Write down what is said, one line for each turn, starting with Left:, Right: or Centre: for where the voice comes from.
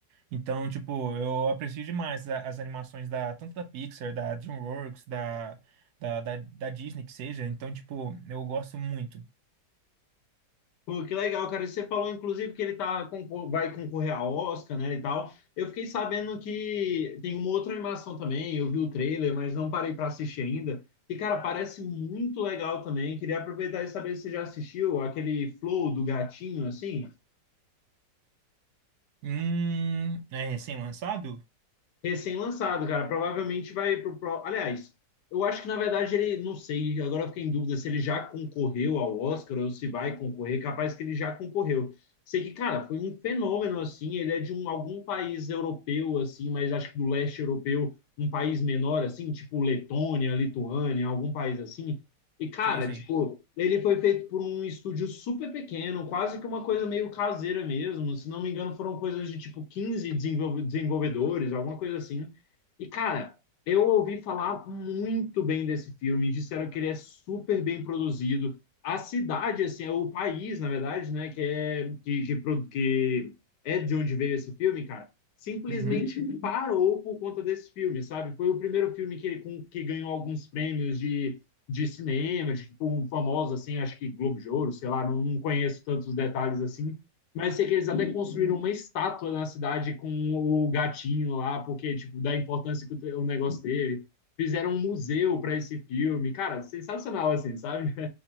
Right: Então, tipo, eu aprecio demais a- as animações da tanto da Pixar, da DreamWorks, da, da, da, da Disney que seja. Então, tipo, eu gosto muito.
Left: Pô, que legal, cara. E Você falou, inclusive, que ele tá, concor- vai concorrer a Oscar, né, e tal. Eu fiquei sabendo que tem uma outra animação também. Eu vi o trailer, mas não parei para assistir ainda. E, cara, parece muito legal também. Queria aproveitar e saber se você já assistiu aquele Flow do gatinho, assim.
Right: Hum, é recém-lançado?
Left: Recém-lançado, cara. Provavelmente vai pro, pro. Aliás, eu acho que na verdade ele, não sei, agora eu fiquei em dúvida se ele já concorreu ao Oscar ou se vai concorrer. Capaz que ele já concorreu. Sei que, cara, foi um fenômeno assim. Ele é de um, algum país europeu, assim, mas acho que do leste europeu, um país menor, assim, tipo Letônia, Lituânia, algum país assim. E, cara,
Right: Sim, sim.
Left: tipo, ele foi feito por um estúdio super pequeno, quase que uma coisa meio caseira mesmo. Se não me engano, foram coisas de tipo 15 desenvolve- desenvolvedores, alguma coisa assim. E, cara, eu ouvi falar muito bem desse filme, disseram que ele é super bem produzido. A cidade, assim, é o país, na verdade, né, que é, que, que, pro- que é de onde veio esse filme, cara, simplesmente
Right: Uhum.
Left: parou por conta desse filme, sabe? Foi o primeiro filme que, ele- com- que ganhou alguns prêmios de de cinema, de tipo, um famoso, assim, acho que Globo de Ouro, sei lá, não, não conheço tantos detalhes assim, mas sei que eles até construíram uma estátua na cidade com o gatinho lá, porque, tipo, da importância que o, negócio teve. Fizeram um museu para esse filme. Cara, sensacional, assim, sabe?